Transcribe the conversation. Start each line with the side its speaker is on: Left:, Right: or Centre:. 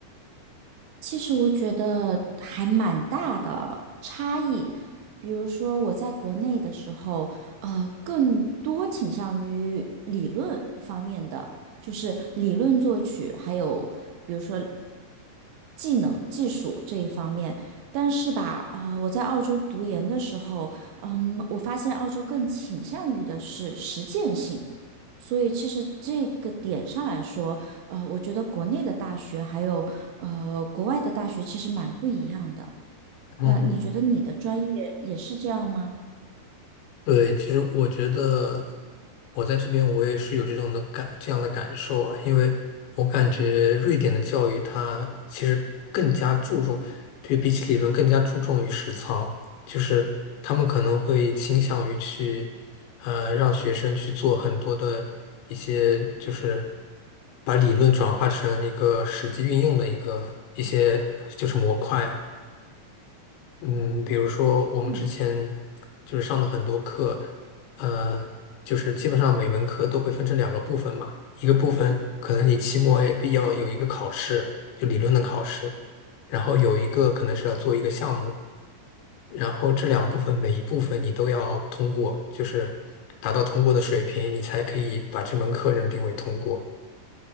Right: 其实我觉得还蛮大的差异。比如说我在国内的时候，呃，更多倾向于理论方面的，就是理论作曲，还有比如说技能、技术这一方面。但是吧，呃，我在澳洲读研的时候，嗯，我发现澳洲更倾向于的是实践性。所以其实这个点上来说，呃，我觉得国内的大学还有呃，国外的大学其实蛮不一样的。
Left: 嗯
Right: 那你觉得你的专业也是这样吗？
Left: 对，其实我觉得我在这边我也是有这种的感这样的感受啊，因为我感觉瑞典的教育它其实更加注重，对比起理论更加注重于实操，就是他们可能会倾向于去呃让学生去做很多的一些就是把理论转化成一个实际运用的一个一些就是模块啊。嗯，比如说我们之前
Right: 嗯
Left: 就是上的很多课，呃，就是基本上每门课都会分成两个部分嘛，一个部分可能你期末也必要有一个考试，就理论的考试，然后有一个可能是要做一个项目，然后这两部分每一部分你都要通过，就是达到通过的水平，你才可以把这门课认定为通过。